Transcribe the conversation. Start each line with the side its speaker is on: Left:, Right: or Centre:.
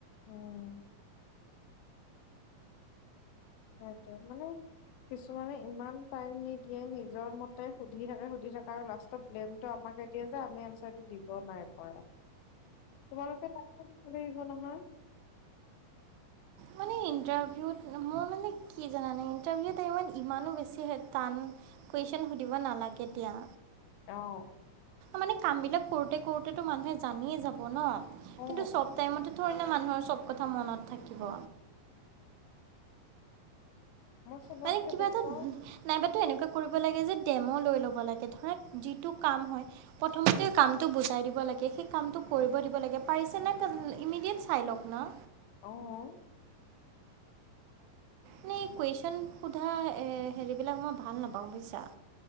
Left: উম। হয়টো মানে কিছুমানে ইমান টাইম নিদিয়ে নিজৰ মতে সুধি থাকে সুধি থাকে আৰু লাষ্ট ব্লেমটো আমাকে দিয়ে যে আমি এনচাৰটো দিব নাই পৰা। তোমালোকে তাইকো দিব লাগিব নহয়।
Right: মানে ইণ্টাৰভিউত মোৰ মানে কি জানানে ইণ্টাৰভিউত ইমান ইমানো বেছি টান কুৱেশ্যন সুধিব নালাগে দিয়া।
Left: আহ।
Right: মানে কাম বিলাক কৰোতে কৰোতেতো মানুহে জানিয়ে যাব ন
Left: অ
Right: কিন্তু চব টাইমতে ধৰিলে মানুহৰ চব কথা মনত থাকিব।
Left: মই চবতকে
Right: মানে কিবা
Left: বেয়া
Right: এটা
Left: পাওঁ
Right: নাইবাতো এনেকুৱা কৰিব লাগে যে ডেমো লৈ ল'ব লাগে ধৰক যিটো কাম হয়। প্ৰথমতে কাম টো বুজাই দিব লাগে সেই কামটো কৰিব দিব লাগে পাৰিছে নাই ইমিডিয়েট চাই লওক না।
Left: অ'।
Right: এনেই কুৱেশ্যন সোধা হেৰিবিলাক মই ভাল নাপাওঁ বুজিছা।